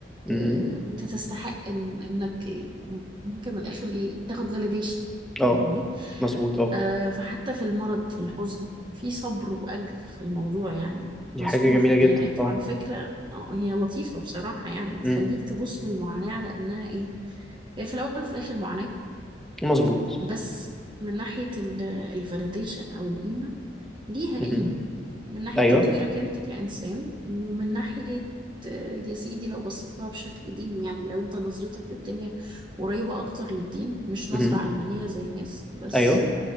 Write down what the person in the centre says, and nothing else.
امم
اه
مظبوط اه
دي
حاجة جميلة
جدا اه
امم
مظبوط
مهم.
ايوه
مهم.
ايوه